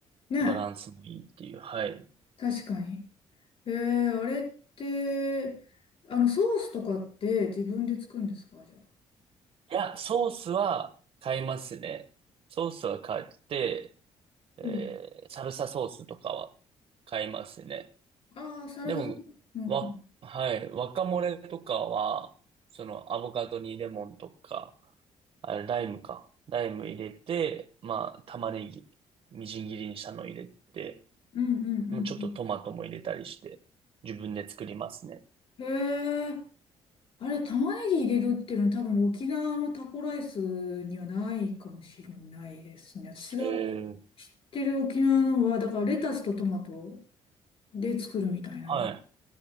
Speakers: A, on the left; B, on the right.
A: ね、
B: バランスもいいっていう、はい。
A: 確かに。えー、あれって、あの、ソースとかって自分で作るんですか、じゃあ。
B: いや、ソースは買いますね。ソースは買って、えーサルサソースとかは買いますね。
A: うん。ああ、サラサ、
B: でも、
A: うんうん、
B: わ、はい、ワカモレとかは、そのアボカドにレモンとか、あれ、ライムか。ライム入れて、まあ、玉ねぎ、みじん切りにしたの入れて、
A: うんうんうん
B: もうちょっとトマトも入れたりして、自分で作りますね。
A: うん。へえ、あれ、玉ねぎ入れるっていうのは多分沖縄のタコライスにはないかもしれないですね。私が知っ
B: えー、
A: てる沖縄のは、だからレタスとトマトで作るみたいな。
B: はい。